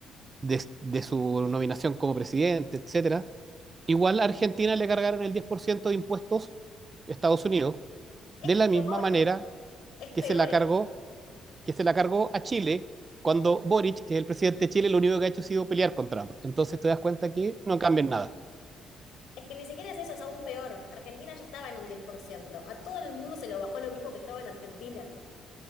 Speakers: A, on the right (about 30°); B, on the left (about 80°).
A: de, de su nominación como presidente, etcétera. Igual a Argentina le cargaron el 10% de impuestos Estados Unidos,
B: Es
A: de la
B: peor,
A: misma manera
B: es peor.
A: que se la
B: Es
A: cargó, que se la cargó a Chile cuando Boric, que es el presidente de Chile, lo único que ha hecho ha sido pelear con Trump. Entonces te das cuenta que no cambian nada,
B: Es que ni siquiera es eso, es aún peor. Argentina ya estaba en un 10%, A todo el mundo se lo bajó lo mismo que estaba en Argentina.